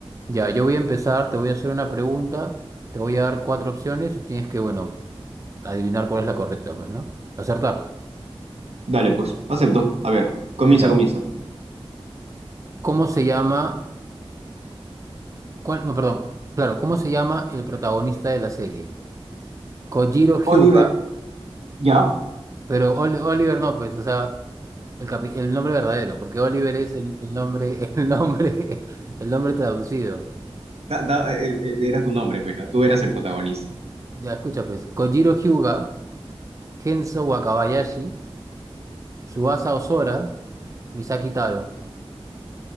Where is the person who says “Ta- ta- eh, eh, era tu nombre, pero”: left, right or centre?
Right